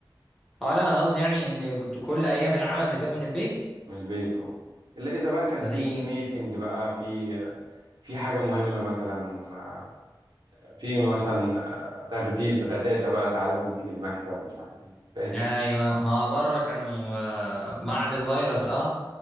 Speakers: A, in the centre; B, on the right (about 65°).
A: اه لا انا قصدي يعني ان كنت كل ايام العمل بتبقى من البيت
B: من البيت اه الا اذا بقى كان
A: ده
B: في
A: دي
B: ميتنج بقى في في حاجه مهمه مثلا آه، في مثلا آه، تغتيت غتاتة بقى تعالى لازم تيجي المكتب مش عارف ايه انت فاهم
A: ايوه
B: يعني
A: ما بره كانوا آه، بعد الفيروس اه